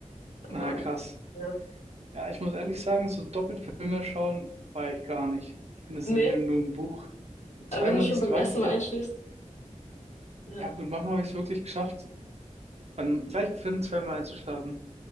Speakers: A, on the left; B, on the right.
A: Aber
B: Na, krass.
A: ja.
B: Ja, ich muss ehrlich sagen, so doppelt Filme schauen, feiere ich gar nicht. Ich finde, das
A: Nee,
B: ist so wie nur ein Buch. So zweimal
A: aber wenn du schon
B: liest,
A: beim
B: du weißt
A: ersten Mal
B: ja,
A: einschläfst. Ja.
B: ja gut, manchmal habe ich es wirklich geschafft, beim gleichen Film zweimal einzuschlafen.